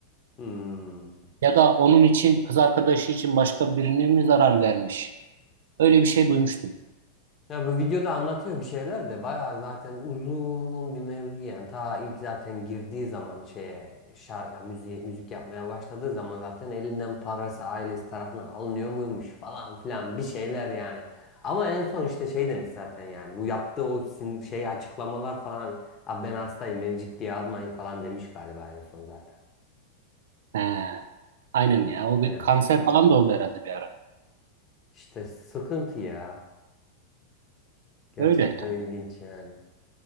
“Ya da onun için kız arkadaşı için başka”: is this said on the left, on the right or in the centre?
Right